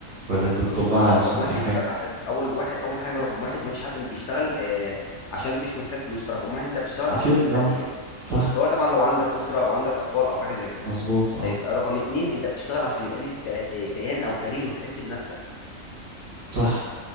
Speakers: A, on the right; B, on the left.
A: ولا انت بتطبقها
B: بص هو انا رقم
A: عشان
B: واحد
A: اي حاجة
B: ببقى أحتب اول واحد اول حاجه رقم واحد مفيش حد بيشتغل آه، عشان مش محتاج فلوس فرقم واحد انت بتشتغل
A: اكيد
B: عشان الماديات
A: اه صح
B: سواء طبعا لو عندك اسره او عندك اطفال او حاجه زي كده
A: مظبوط اه
B: طيب رقم اتنين انت بتشتغل عشان يبقى ليك كلا- آه، كيان او كارير وتحس بنفسك
A: صح